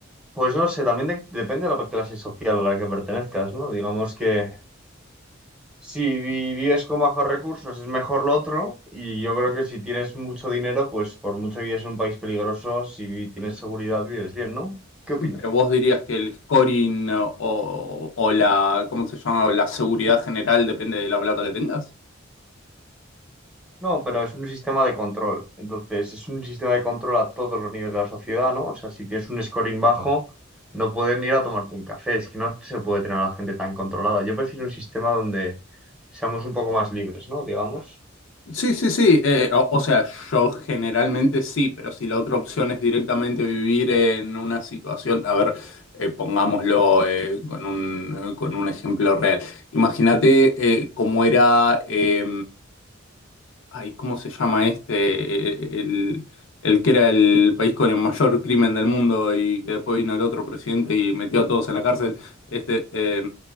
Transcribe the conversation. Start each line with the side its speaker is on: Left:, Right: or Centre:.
Centre: pues no sé, también de- depende de la clase social a la que pertenezcas, ¿no? Digamos que si vi- vives con bajos recursos es mejor lo otro, y yo creo que si tienes mucho dinero, pues por mucho que vives en un país peligroso, si tienes seguridad vives bien, ¿no? ¿Qué opinas?
Left: pero vos dirías que el scoring o, o la, ¿cómo se llama? La seguridad general depende de la plata que tengas.
Centre: No, pero es un sistema de control. Entonces, es un sistema de control a todos los niveles de la sociedad, ¿no? O sea, si tienes un scoring bajo, no pueden ir a tomarte un café. Es que no se puede tener a la gente tan controlada. Yo prefiero un sistema donde seamos un poco más libres, ¿no? Digamos.
Left: Sí, sí, sí. eh, o, o sea, yo generalmente sí, pero si la otra opción es directamente vivir en una situación, a ver, eh, pongámoslo eh, con un, con un ejemplo real. Imagínate eh, cómo era, eh, ay, ¿cómo se llama este? Eh, El, el que era el país con el mayor crimen del mundo y que después vino el otro presidente y metió a todos en la cárcel. Este, eh,